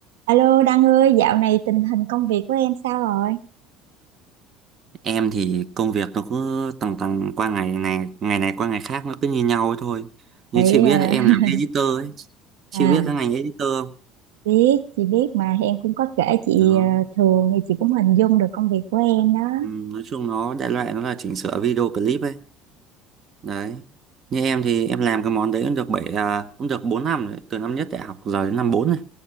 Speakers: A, on the right (about 85°); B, on the right (about 45°).
A: Alo Đăng ơi, dạo này tình hình công việc của em sao rồi?
B: Em thì công việc nó cứ tầng tầng qua ngày ngày ngày này qua ngày khác nó cứ như nhau ấy thôi. Như
A: Để,
B: chị biết
A: ờ,
B: là em
A: <laughs>
B: làm editor ấy. Chị
A: à,
B: biết cái ngành editor không?
A: biết, chị biết mà em cũng có kể chị
B: nó
A: ờ, thường thì chị cũng hình dung được công việc của em đó.
B: Ừ, nói chung nó đại loại nó là chỉnh sửa video clip ấy. Đấy. Như em thì em làm cái món đấy cũng được bảy à, cũng được 4 năm rồi, từ năm nhất đại học giờ đến năm 4 này.